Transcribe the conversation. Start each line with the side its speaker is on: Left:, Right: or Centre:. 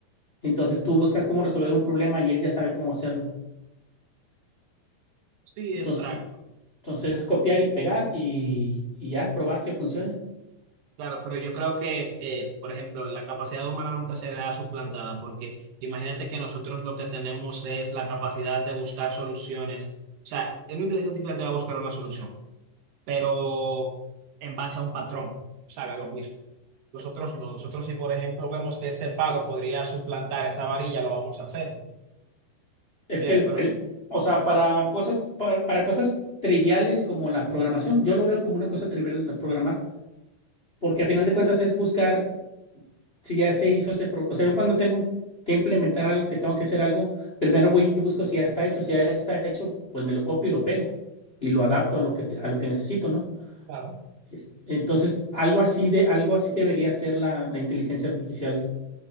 Left: Entonces tú buscas cómo resolver un problema y él ya sabe cómo hacerlo.
Right: Sí,
Left: Entonces,
Right: exacto.
Left: entonces es copiar y pegar y, y ya probar que funcione.
Right: Claro, pero yo creo que, eh, por ejemplo, la capacidad humana nunca será suplantada, porque imagínate que nosotros lo que tenemos es la capacidad de buscar soluciones. O sea, una inteligencia artificial te va a buscar una solución, pero en base a un patrón, sabe, a lo mismo. Nosotros no, nosotros si por ejemplo vemos que este palo podría suplantar esta varilla, lo vamos a hacer,
Left: Es
Right: ¿entiendes?
Left: que el,
Right: Pero
Left: el- o sea, para cosas, para, para cosas triviales como la programación, yo lo veo como una cosa trivial la programar, porque a final de cuentas es buscar si ya se hizo ese pro- o sea, yo cuando tengo que implementar algo, que tengo que hacer algo, primero voy y busco si ya está hecho, si ya está hecho, pues me lo copio y lo pego y lo adapto a lo que te- a lo que necesito, ¿no?
Right: Claro.
Left: Es- Entonces, algo así de algo así debería ser la, la inteligencia artificial.